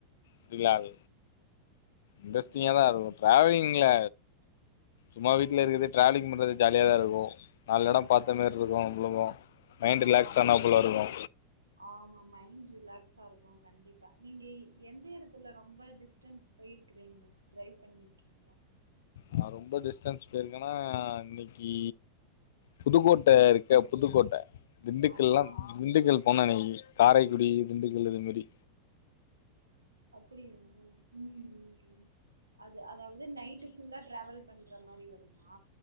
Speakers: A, on the left (about 55°); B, on the right (about 80°).
A: புடிக்காது இன்ட்ரெஸ்டிங்கா
B: சரி
A: தா இருக்கு ட்ராவ்லிங்ல சும்மா
B: ஆ
A: வீட்ல இருக்கது ட்ராவலிங் பண்றது ஜாலியா தாருக்கு நால்லெடோ
B: ஆ
A: பாத்த மேர்ருக்கு உங்ளுக்கு மைன்ட்
B: ஆமா
A: ரிலாக்ஸ்ஸானாப்லருக்கு
B: ஆமா மைன்ட் ரிலாக்ஸாருக்கு கண்டிப்பா நீங்க எந்த எடத்துல ரொம்ப டிஸ்டன்ஸ் போய்ருக்றீங்க ட்ரைவ் பண்ணிருக்கீங்க
A: நா ரொம்ப டிஸ்டன்ஸ் போய்ருக்கனா இன்னக்கி புதுக்கோட்ட இருக்க புதுக்கோட்ட திண்டுக்கல்லா
B: ஆமா
A: திண்டுக்கல் போனே
B: ஆ
A: இன்னக்கி காரைக்குடி திண்டுக்கல் இது மேரி
B: அப்பிடியா ம் ம் ம் அது அதாவ்து நைட்டு ஃபுல்லா ட்ராவல் பண்ற மாரி வருமா